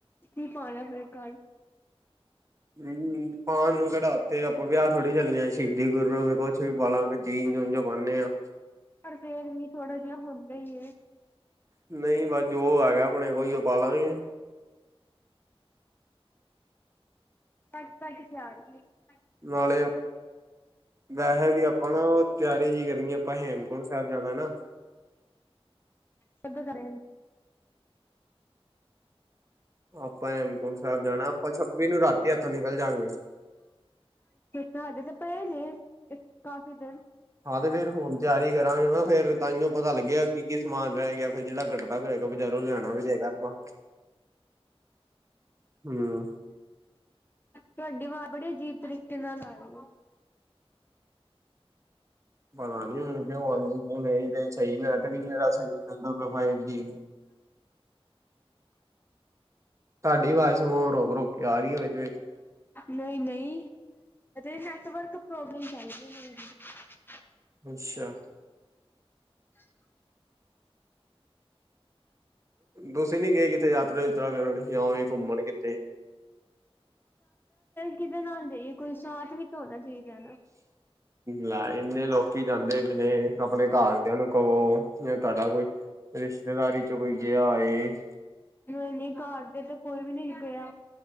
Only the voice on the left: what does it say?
ਕੀ ਪਾਉਣਾ ਫਿਰ ਕੱਲ।
ਪਰ ਫਿਰ ਵੀ ਥੋੜਾ ਜਿਹਾ ਹੁੰਦਾ ਈ।
ਭੱਜ ਭੱਜ ਕੇ ਆ ਰਹੀ ਏ ਨਾ।
ਸਭੇ ਕਰੇ
ਸਾਡੇ ਤਾਂ ਪਏ ਨੇ। ਇੱਕ ਕਾਫੀ ਦਿਨ
ਤੁਹਾਡੀ ਆਵਾਜ਼ ਬੜੇ ਅਜੀਬ ਤਰੀਕੇ ਨਾਲ ਆ ਰਹੀ ਏ।
ਨਹੀਂ ਨਹੀਂ। ਇੱਥੇ ਨੈਟਵਰਕ ਪ੍ਰੋਬਲਮ। <unintelligible>
<unintelligible>
ਕਿਦੇ ਨਾਲ ਜਾਈਏ, ਕੋਈ ਸਾਥ ਵੀ ਤਾਂ ਹੋਣਾ ਚਾਹੀਦਾ ਨਾ।
ਇੰਨੀ ਘਰ ਤੇ, ਤੇ ਕੋਈ ਵੀ ਨੀ ਗਿਆ।